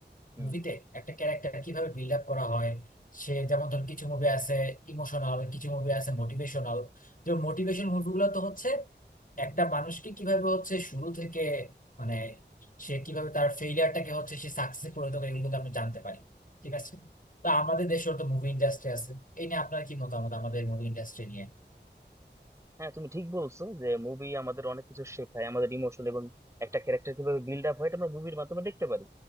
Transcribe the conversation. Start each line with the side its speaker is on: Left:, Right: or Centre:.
Right: হুম
Left: মুভিতে একটা ক্যারেক্টার কিভাবে বিল্ড আপ করা হয় সে যেমন ধরুন কিছু মুভি আছে ইমোশনাল কিছু মুভি আছে মোটিভেশনাল যেমন মোটিভেশন মুভিগুলো তো হচ্ছে একটা মানুষকে কিভাবে হচ্ছে শুরু থেকে মানে সে কিভাবে তার ফেইলিয়ারটাকে হচ্ছে সে সাকসেসে পরিণত করে এগুলো কিন্তু আমরা জানতে পারি ঠিক আছে তো আমাদের দেশের তো মুভি ইন্ডাস্ট্রি আছে এই নিয়ে আপনার কি মতামত আমাদের মুভি ইন্ডাস্ট্রি নিয়ে
Right: হ্যাঁ তুমি ঠিক বলছো যে মুভি আমাদের অনেক কিছু শেখায় আমাদের ইমোশন এবং একটা ক্যারেক্টার কিভাবে বিল্ড আপ হয় এটা আমরা মুভির মাধ্যমে দেখতে পারি